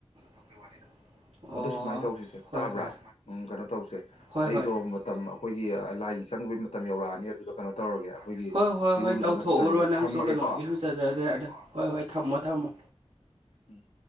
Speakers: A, on the right; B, on the left.
A: <unintelligible> ꯑꯣ
B: ꯑꯗꯨ ꯁꯨꯃꯥꯏ ꯇꯧꯁꯤꯁꯦ
A: ꯍꯣꯏ
B: ꯇꯥꯕ꯭ꯔꯥ
A: ꯍꯣꯏ
B: ꯎꯝ ꯀꯩꯅꯣ ꯇꯧꯁꯦ
A: ꯍꯣꯏ
B: ꯑꯩꯗꯣ
A: ꯍꯣꯏ
B: ꯃꯇꯝ ꯑꯩꯈꯣꯏꯒꯤ ꯂꯥꯏꯒꯤ ꯆꯪꯕꯩ ꯃꯇꯝ ꯌꯧꯔꯛꯑꯅꯤ ꯑꯗꯨꯗ ꯀꯩꯅꯣ ꯇꯧꯔꯒꯦ ꯑꯩꯈꯣꯏꯒꯤ
A: ꯑꯗꯨꯅ ꯍꯣꯏ ꯍꯣꯏ
B: ꯏꯔꯨꯂꯨꯖꯅꯕ
A: ꯍꯣꯏ ꯇꯧꯊꯣꯛꯎꯔꯣ
B: ꯇꯧꯔꯒꯦ
A: ꯅꯪꯁꯨ
B: ꯊꯝꯃꯒꯦꯀꯣ
A: <unintelligible> ꯍꯣꯏ ꯍꯣꯏ ꯊꯝꯃꯣ ꯊꯝꯃꯣ
B: ꯎꯝ